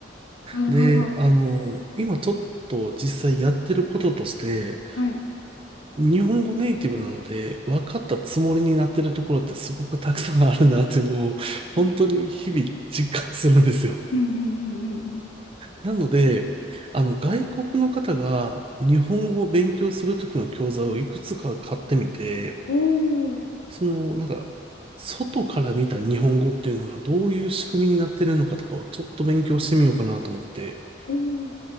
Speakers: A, on the left (about 85°); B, on the right (about 30°).
A: なるほど。
B: で、あの、今ちょっと実際やってることとして、
A: はい。
B: 日本語ネイティブなので、分かったつもりになってるところってすごくたくさんあるなっていうのを、
A: 確かに。
B: 本当に日々実感するんですよ。
A: うんうんうんうんうん。
B: なので、あの、外国の方が日本語を勉強するときの教材をいくつか買ってみて、
A: おー、
B: その、なんか、外から見た日本語っていうのがどういう仕組みになってるのかとかをちょっと勉強してみようかなと思って。
A: おー。